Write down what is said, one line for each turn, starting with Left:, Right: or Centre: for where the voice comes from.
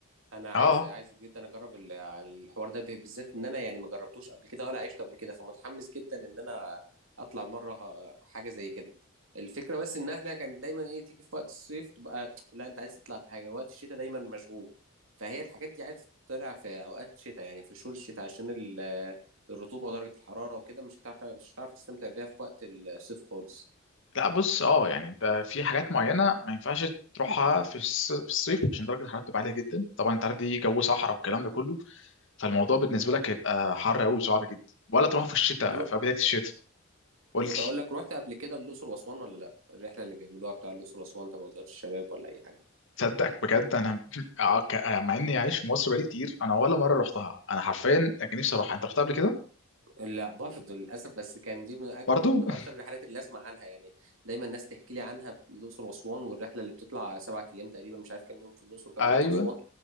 Right: انا عايز
Left: اه آه.
Right: عايز جدا اجرب ال- الحوار ده ب- بالذات ان انا يعني ما جربتوش قبل كده ولا عشته قبل كده فمتحمس جدا ان انا اطلع مره ه- حاجه زي كده الفكره بس ان احنا كان دايما ايه تيجي في وقت الصيف تبقى لا انت عايز تطلع في حاجه وقت الشتاء دايما مشغول فهي الحاجات دي عايزه تطلع في اوقات الشتاء يعني في شهور الشتاء عشان ال- الرطوبه ودرجه الحراره وكده مش هتعرف مش هتعرف تستمتع بيها في وقت الصيف خالص
Left: لا بص اه يعني انت في حاجات معينه ما ينفعش تروحها في الص- في الصيف عشان درجه الحراره بتبقى عاليه جدا طبعا انت عارف دي جو صحراء والكلام ده كله فالموضوع بالنسبه لك هيبقى حر قوي صعب جدا ولا تروح في الشتاء
Right: طب رو...
Left: في بدايه الشتاء قلت
Right: كنت اقول لك رحت قبل كده الاقصر واسوان ولا لا الرحله اللي بيعملوها بتاع الاقصر واسوان تبع وزاره الشباب ولا اي حاجه
Left: تصدق بجد انا <laughs> آه، ك- آه، مع اني عايش في مصر بقالي كتير انا ولا مره رحتها انا حرفيا كان نفسي اروحها انت رحتها قبل كده
Right: لا برضه للاسف بس كان دي من, أك...
Left: برضو
Right: من اكتر
Left: <laughs>
Right: الرحلات اللي اسمع عنها يعني دايما الناس تحكي لي عنها الاقصر واسوان والرحله اللي بتطلع سبعة ايام تقريبا مش عارف كام يوم في الاقصر وكام
Left: ايوه
Right: يوم في اسوان